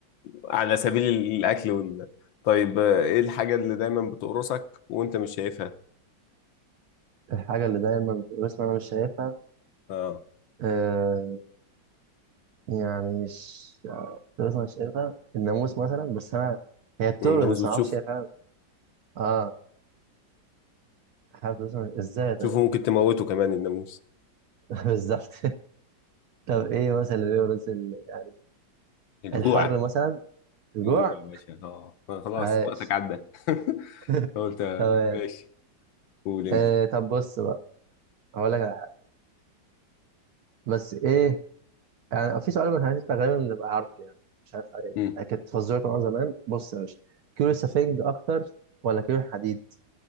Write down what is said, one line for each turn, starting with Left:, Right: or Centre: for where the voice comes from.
Left: على سبيل الأكل وال طيب آه، ايه الحاجة اللي دايما بتقرصك وانت مش شايفها؟
Right: الحاجة اللي دايما بس انا مش شايفها
Left: اه
Right: آه، يعني مش فلوس مش شايفها الناموس مثلا بس انا هي بترقص
Left: الناموس
Right: بس
Left: بتشوفه
Right: ما اعرفش هي فعلا اه حابب فلوس مش- ازاي طيب
Left: شوفه ممكن تموته كمان الناموس
Right: <laughs> بالظبط طب ايه مثلا اللي بيورث ال- يعني
Left: الجوع
Right: الحر مثلا الجوع
Left: الجوع يا باشا اه آه، خلاص
Right: عاش
Left: وقتك عدى
Right: <laughs>
Left: <laughs> قلت آه،
Right: تمام
Left: ماشي قول انت
Right: آه طب بص بقى هقول لك على حاجة. بس ايه يعني في سؤال ما انت غالبا بتبقى عارفه يعني مش عارف عليه
Left: مم.
Right: انا كنت فزورك من وأنا زمان بص يا باشا كيلو سفنج اكتر ولا كيلو حديد